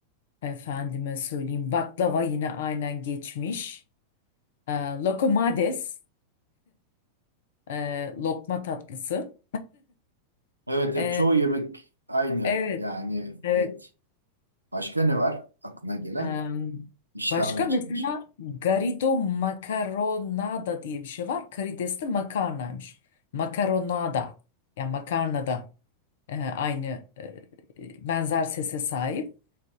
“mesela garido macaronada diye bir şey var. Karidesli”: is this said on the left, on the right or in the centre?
Left